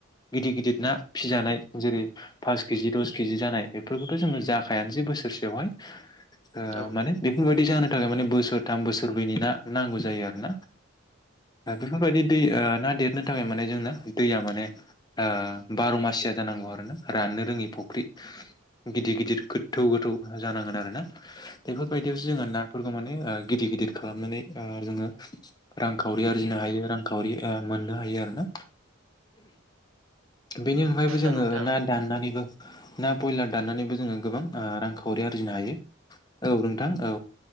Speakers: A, on the left; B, on the right.
A: गिदिर- गिदिर ना फिजानाय जेरै पास केजि, दस केजि जानाय बेफोरखौथ' जोङो जाखायानोसै बोसोरसेयावहाय अ
B: औ औ
A: माने बेफोरबायदि जानो थाखाय माने बोसोरथाम, बोसोरब्रैनि ना नांगौ जायो आरोना ओ बेफोरबायदि दै ओ ना देरनो थाखाय माने जोंना दैया माने आ बार' मास ज जानांगौ आरो ना राननो रोङि फुख्रि गिदिर गिदिर गोथौ गोथौ जानांगोन आरो ना बेफोरबायदियावसो
B: उम
A: जोंहा नाफोरखौ माने गिदिर गिदिर खालामनानै ओ जोङो रांखावरि आरजिनो हायो रांखावरि ओ मोननो हायो आरोना बेनि अनगायैबो
B: आदसा
A: जोङो
B: नोंथां
A: ना दाननानैबो ना बयलार दाननानैबो जोङो गोबां रांखावरि आरजिनो हायो औ नोंथां औ